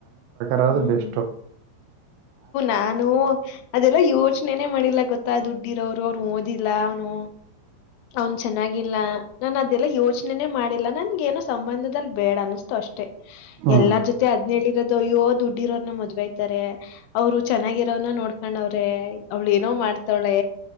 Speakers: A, on the right (about 85°); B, on the left (about 85°).
A: ರ
B: ಹ್ಮ್
A: ಬೆಸ್್
B: ನಾನು ಅದೆಲ್ಲಾ ಯೋಚನೆನೇ ಮಾಡಿಲ್ಲ ಗೊತ್ತಾ ದುಡ್ಡಿರ ಅವ್ರು ಅವ್ರು ಓದಿಲ್ಲ ಅವನು ಅವನ್ ಚೆನ್ನಾಗಿಲ್ಲ ನಾನ ಅದೆಲ್ಲ ಯೋಚನೆೇ ಮಾಡಿದ ನನ್ಗ ಏನೋ ಸಂಬಂಧದಲ್ಲಿ ಬೇಡ ಅನ್ನಿಸ್ತು ಅಷ್ಟೇ
A: ಹ್ಮ್
B: ಎಲ್ಲಾರ್ ಜೊತೆ ಅದ್ನೇಳಿರೋದ ಯ್ಯೋ ದುಡ್ಡಿ ಇರೋನ್ನ ಮದ್ಬೈತಾರೆ ಅವ್ರು ಚೆನ್ನಾಗಿರೋನ ನೋಡ್ಕೊಂಡವ್ರೆ ಅವ್ಳ ಏನೋ ಮಾಡ ಮಾಡ್ತಾಳೆ